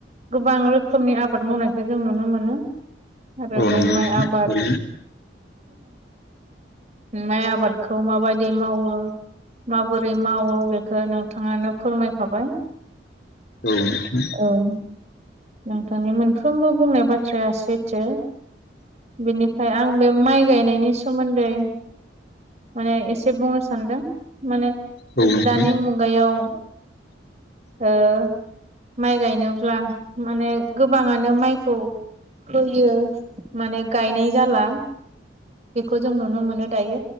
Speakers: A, on the right (about 35°); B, on the left (about 55°).
A: गोबां रोखोमनि आबाद मावनायखौ जों नुनो मोनो आरो
B: औ
A: बे
B: नंगौ
A: माइ
B: नोंथां
A: आबाद
B: थारैनो
A: माइ आबादखौ माबायदि मावो माबोरै मावो बेखौ नोंथाङानो फोरमायखाबाय
B: औ नोंथां
A: औ नोंथांनि मोनफ्रोमबो बुंनाय बाथ्राया सैथो बेनिखाय आं बे माइ गायनायनि सोमोन्दै माने एसे बुंनो सानदों माने
B: औ नोंथां
A: दानि मुग गायाव ओ माइ गायनोब्ला माने गोबाङानो माइखौ होयो माने गायनाय जाला बेखौ जों नुनो मोनो दायो